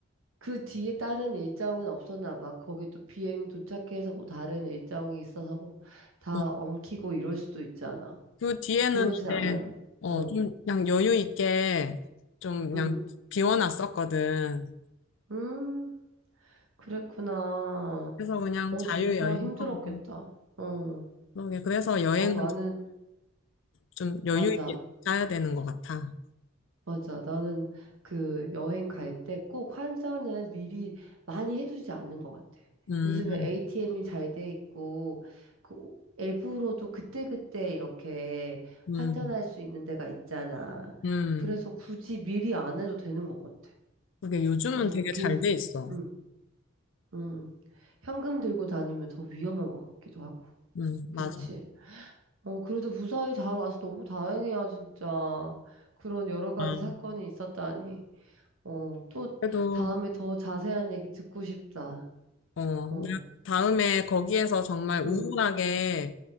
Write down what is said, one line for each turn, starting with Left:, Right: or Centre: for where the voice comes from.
Right: 그 뒤에 다른 일정은 없었나 봐. 거기 또 비행 도착해서 뭐 다른 일정이 있어서 뭐 다
Left: 어,
Right: 엉키고 이럴 수도 있잖아.
Left: 그 뒤에는
Right: 그러진
Left: 이제,
Right: 않았네.
Left: 어,
Right: 어,
Left: 좀 그냥 여유 있게 좀 그냥
Right: 음,
Left: 비워놨었거든.
Right: 음, 그랬구나.
Left: 그래서 그냥
Right: 어,
Left: 자유여행하고.
Right: 진짜 힘들었겠다. 어,
Left: 그러게. 그래서 여행은
Right: 어, 나는,
Left: 좀 여유
Right: 맞아,
Left: 있게 짜야 되는 것 같아.
Right: 맞아. 나는 그 여행 갈 때 꼭 환전을 미리 많이 해두지 않는 것 같아.
Left: 음,
Right: 요즘에 ATM이 잘 돼 있고, 그 앱으로도 그때그때 이렇게
Left: 음,
Right: 환전할 수 있는 데가 있잖아.
Left: 음.
Right: 그래서 굳이 미리 안 해도 되는 것 같아.
Left: 그게 요즘은
Right: 그래서
Left: 되게
Right: 긴,
Left: 잘 돼 있어.
Right: 음. 음, 현금 들고 다니면 더 위험한 것 같기도 하고.
Left: 음, 맞아.
Right: 그치. 어, 그래도 무사히 잘 와서 너무 다행이야, 진짜. 그런 여러 가지
Left: 아.
Right: 사건이 있었다니. 어, 또
Left: 그래도,
Right: 다음에 더 자세한 얘기 듣고 싶다.
Left: 어,
Right: 어,
Left: 나 다음에 거기에서 정말
Right: 응,
Left: 우울하게,